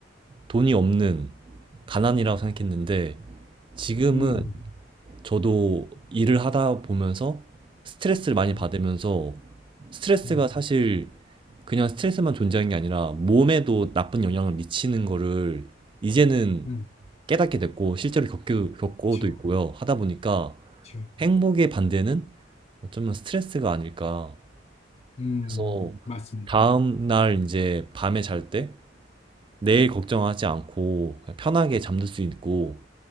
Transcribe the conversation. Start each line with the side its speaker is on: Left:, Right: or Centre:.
Right: 돈이 없는 가난이라고 생각했는데 지금은
Left: 음,
Right: 저도 일을 하다 보면서 스트레스를 많이
Left: 음,
Right: 받으면서 스트레스가
Left: 음,
Right: 사실 그냥 스트레스만 존재하는 게 아니라 몸에도 나쁜 영향을 미치는 거를 이제는
Left: 음,
Right: 깨닫게 됐고 실제로 겪기도, 겪고도
Left: 그렇죠,
Right: 있고요. 하다 보니까
Left: 그렇죠.
Right: 행복의 반대는 어쩌면 스트레스가 아닐까.
Left: 음,
Right: 그래서
Left: 맞습니다.
Right: 다음 날 이제 밤에 잘 때 내일 걱정하지 않고 그냥 편하게 잠들 수 있고